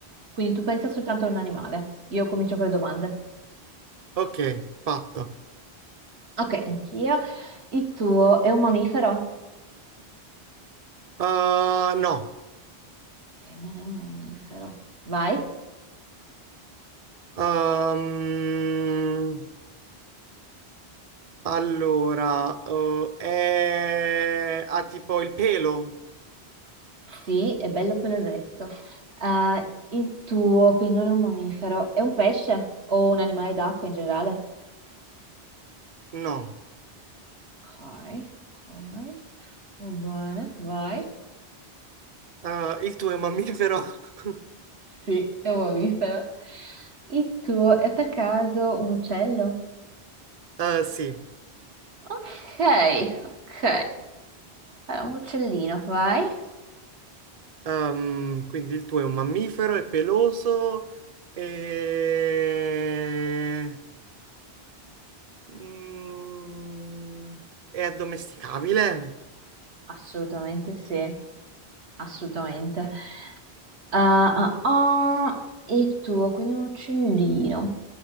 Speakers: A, on the right (about 75°); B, on the right (about 40°).
A: Quindi tu pensa soltanto a un animale. Io comincio con le domande.
B: Ok, fatto.
A: Ok, anch'io. Il tuo è un mammifero?
B: Eh, no.
A: Ok, non è un mammifero. Vai.
B: Ehm, allora, eh, è... ha tipo il pelo?
A: Sì, è bello pelosetto. Eh, il tuo, quindi non è un mammifero, è un pesce o un animale d'acqua in generale?
B: No.
A: Ok, ok. Va bene, vai.
B: Eh, il tuo è mammifero? <laughs>
A: Sì, è un mammifero. Il tuo è per caso un uccello?
B: Eh, sì.
A: Ok, ok. Allora, un uccellino, vai.
B: Ehm, quindi il tuo è un mammifero, è peloso e... Mm, è addomesticabile?
A: Assolutamente sì, assolutamente. Ah, ah, ah, il tuo, quindi un uccellino.